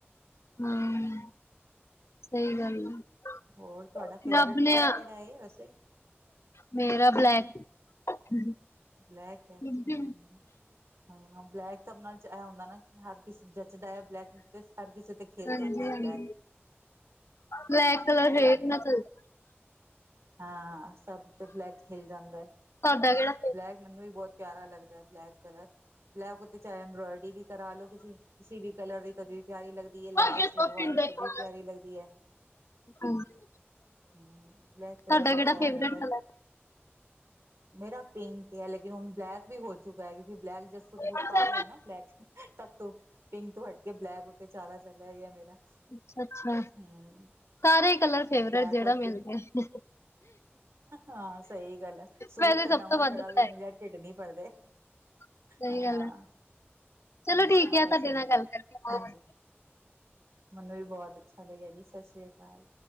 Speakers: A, on the left (about 80°); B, on the right (about 85°).
A: ਹਾਂ ਸਹੀ ਗੱਲ ਹੈ।
B: ਹੋਰ ਤੁਹਾਡਾ ਫੇਵਰੇਟ
A: ਰੱਬ
B: ਕਲਰ
A: ਨੇ ਆ
B: ਕਿਹੜਾ ਹੈ ਵੈਸੇ
A: ਮੇਰਾ
B: ਹਾਂ
A: ਬਲੈਕ- <unintelligible>
B: ਬਲੈਕ ਹੈ।
A: ਹਾਂਜੀ
B: ਹੂੰ - ਹਾਂ ਬਲੈਕ ਤਾਂ ਨਾਲ ਇਹ ਹੁੰਦਾ ਨਾ ਹਰ ਕਿਸੇ ਜੱਚਦਾ ਹੈ। ਬਲੈਕ- ਤੇ ਹਰ ਕਿਸੇ ਦੇ ਖੇਲ
A: ਹਾਂਜੀ-ਹਾਂਜੀ
B: ਜਾਦਾ ਹੈ। ਬਲੈਕ- ਹਾਂ
A: ਬਲੈਕ ਕਲਰ
B: ਸਹੀ
A: ਹਰੇਕ
B: ਗੱਲ
A: ਨਾ
B: ਹੈ
A: ਚੱਲਦਾ-
B: ਹਾਂ ਸਭ ਤੇ ਬਲੈਕ 'ਚ ਖਿਲ ਜਾਂਦਾ ਹੈ।
A: ਤੁਹਾਡਾ ਕਿਹੜਾ
B: ਬਲੈਕ ਮੈਨੂੰ ਵੀ ਬਹੁਤ ਪਿਆਰਾ ਲਗਦਾ ਹੈ। ਬਲੈਕ ਕਲਰ- ਲੈ ਕੁਰਤੇ ਚਾਹੇ ਇਬਰਾਇਡਰੀ ਵੀ ਕਰਾ ਲੋ ਕਿ ਕਿਸੇ ਵੀ ਕਲਰ ਦੀ ਪਿਆਰੀ ਲਗਦੀ ਹੈ। ਲੈਸ-
A: ਅੱਗੇ ਤੋਂ
B: ਲਗਵਾ
A: ਪਿੰਡ
B: ਲੋ
A: ਦੇ
B: ਕਦੇ
A: ਕੋਲ
B: ਵੀ ਪਿਆਰੀ ਲੱਗਦੀ ਹੈ।
A: ਹਾਂਜੀ।
B: ਹੂੰ ਬਲੈਕ ਕਲਰ
A: ਤੁਹਾਡਾ
B: ਬਹੁਤ
A: ਕਿਹੜਾ
B: ਪਿਆਰਾ
A: ਫੇਵਰੇਟ
B: ਲਗਦਾ
A: ਕਲਰ
B: ਤੇ ਮੇਰਾ ਪਿੰਕ ਹੈ। ਲੇਕਿਨ ਹੁਣ ਬਲੈਕ ਵੀ ਹੋ- ਬਲੈਕ ਜਿਹਾ ਸੂਟ
A: ਅੱਛਾ
B: ਪਾ ਲਿਆ ਨਾ ਬਲੈਕ ਤੋ ਪਿੰਕ ਤੋ ਹਟ ਕੇ ਬਲੈਕ- ਵਿਚਾਰਾ ਚੱਲਿਆ ਗਿਆ ਮੇਰਾ-
A: ਅੱਛਾ -ਅੱਛਾ।
B: ਹੂੰ
A: ਸਾਰੇ ਕਲਰ ਫੇਵਰੇਟ
B: ਬਲੈਕ
A: ਜਿਹੜਾ
B: ਔਰ
A: ਮਿਲ
B: ਪਿੰਕ-
A: ਜਾਏ
B: ਹਾਂ ਸਹੀ ਗੱਲ ਹੈ। ਸੂਟ
A: ਵੈਸੇ
B: ਤਾਂ
A: ਸਭ
B: ਨਵਾਂ
A: ਤੋਂ ਵੱਧ
B: ਜਿਹੜਾ-
A: ਬਲੈਕ
B: ਆ ਵੀ ਮੇਰਾ ਟਿਡ ਨਹੀ ਭਰਦੇ
A: ਸਹੀ
B: ਹਾਂ।
A: ਗੱਲ ਹੈ ਚਲੋ
B: ਹਾਂ
A: ਠੀਕ ਆ ਤੁਹਾਡੇ
B: ਸਹੀ
A: ਨਾਲ ਗੱਲ ਕਰਕੇ ਬਹੁ-
B: ਹਾਂਜੀ ਮੈਨੂੰ ਵੀ ਬਹੁਤ ਅੱਛਾ ਲਗਿਆ ਜੀ ਸਤਿ ਸ਼੍ਰੀ ਅਕਾਲ-